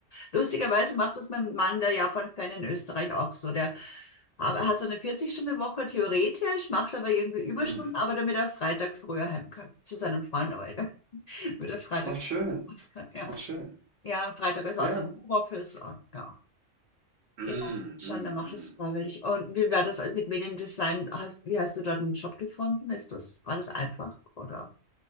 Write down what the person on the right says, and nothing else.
mm.
Oh, schön.
Oh, schön.
Ja.
Mm,
mm,
mm.